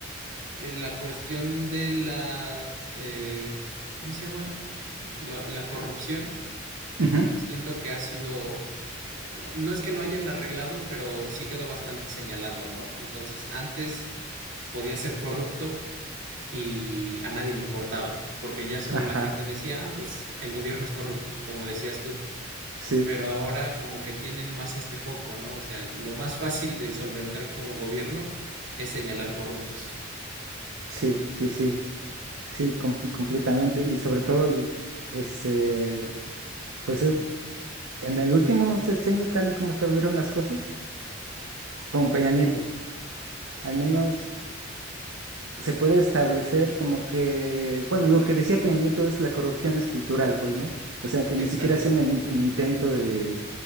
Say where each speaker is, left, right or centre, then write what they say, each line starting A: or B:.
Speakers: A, on the right; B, on the right.
A: en la cuestión de la, eh, ¿cómo se llama? Lo- la corrupción,
B: ujú,
A: siento que ha sido, ah, no es que lo hayan arreglado, pero sí quedó bastante señalado, ¿no? Entonces, antes podía ser corrupto y a nadie le importaba, porque ya solo
B: Ajá.
A: la gente decía, ah, pues el gobierno es corrupto, como decías tú.
B: Sí,
A: pero ahora como que tienen más este foco, ¿no? O sea, lo más fácil de solventar como gobierno es señalar corruptos.
B: sí, sí, sí, sí, com- completamente. Y sobre todo, este, pues es- en el último sexenio, tal y como estuvieron las cosas, con Peña Nieto, al menos. se puede establecer como que, bueno, lo que decía Peña es la corrupción es cultural, pues, ¿no? O sea, que
A: Exacto.
B: ni siquiera hacían el, in- el intento de